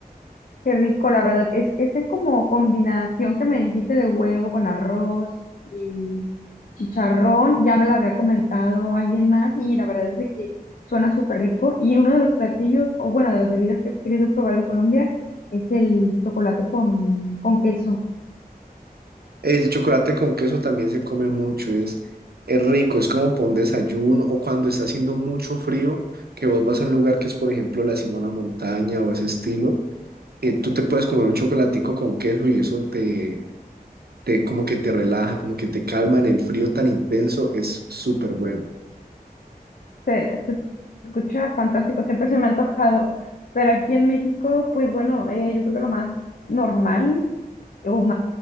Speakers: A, on the left; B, on the right.
A: Qué rico, la verdad. Es esa como combinación que me dijiste de huevo con arroz y chicharrón, ya me la había comentado alguien más y la verdad es de que suena súper rico. Y uno de los platillos, o bueno, de las bebidas que he querido probar de Colombia es el chocolate con, con queso.
B: El chocolate con queso también se come mucho, es, es rico, es como pon desayuno o cuando está haciendo mucho frío, que vos vas a un lugar que es, por ejemplo, la Simona Montaña o ese estilo eh, tú te puedes comer un chocolatico con queso y eso te, te como que te relaja, como que te calma en el frío tan intenso, es súper bueno.
A: Este, se escucha fantástico, siempre se me ha antojado. Pero aquí en México, pues bueno, eh, yo creo que lo más normal o